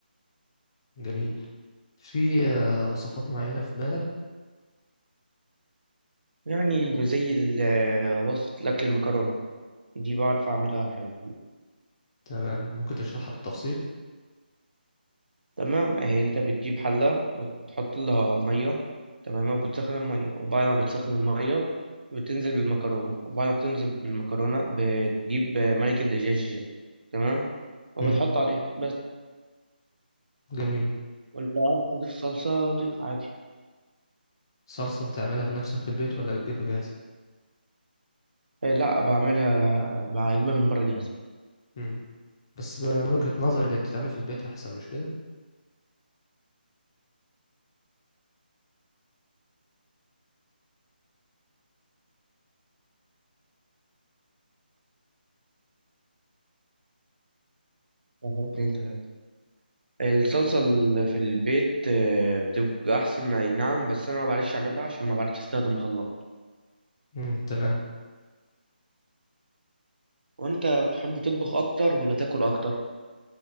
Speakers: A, on the left; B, on the right.
A: جميل في أه وصفات معينة في بالك؟
B: يعني زي ال- آه، وصفة الأكل المكرونة دي بعرف أعملها حلو
A: تمام ممكن تشرحها بالتفصيل؟
B: تمام اهي انت بتجيب حلة وتحط لها مية تمام وبتسخن المية وبعد ما بتسخن المية بتنزل بالمكرونة وبعد ما بتنزل بالمكرونة بتجيب ملك الدجاج تمام وبتحط
A: مم.
B: عليها بس
A: جميل
B: ولا عايز تضيف صلصة ضيف عادي
A: صلصة بتعملها بنفسك في البيت ولا بتجيبها جاهز؟
B: إيه لا بعملها بجيبها من بره جاهزة
A: مم. بس ب- من وجهة نظري اللي بتتعمل في البيت أحسن مش كده؟
B: واحد اتنين تلاتة الصلصة اللي في البيت آه، بتبقى أحسن أي نعم بس أنا ما بعرفش أعملها عشان ما بعرفش أستخدم الخلاط
A: مم. تمام
B: وأنت بتحب تطبخ أكتر ولا تاكل أكتر؟